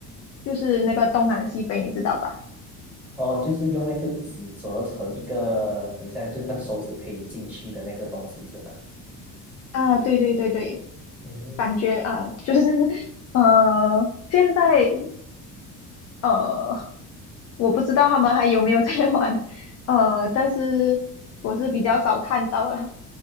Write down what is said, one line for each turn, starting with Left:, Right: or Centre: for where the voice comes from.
Left: 就是那个东南西北，你知道吧？
Centre: 哦，就是用那个纸折成一个很像，就是那个手指可以进去的那个东西，是吧？
Left: 啊，对对对对，
Centre: 嗯，
Left: 感觉啊，就是 <laughs> 呃，现在呃，我不知道他们还有没有在 <laughs> 玩，呃，但是我是比较少看到了。